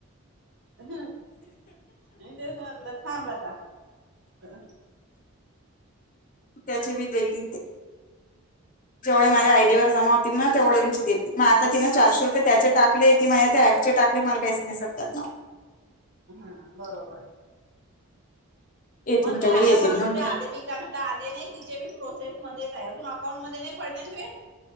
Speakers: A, on the right; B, on the left.
A: ह थांब आता अजून
B: त्याचे बी देतील ते जेवढ माझ्या आयडीवर जमा होतील ना. तेवढ्यांची देखिल माझे ते चारशे रुपये त्याचे टाकले की माझ्यात ॲपचे टाकले मला काहीच समजन नाही.
A: हा बरोबर
B: येतील
A: मग
B: तेवढे
A: ते राधा
B: येतील
A: मावशी
B: मग
A: ते आले बी काय म्हट आले नाही तिचेे बी प्रोसेसच मध्येच आहे अजून अकाउंट मध्ये नाही. पडले ना तुझे?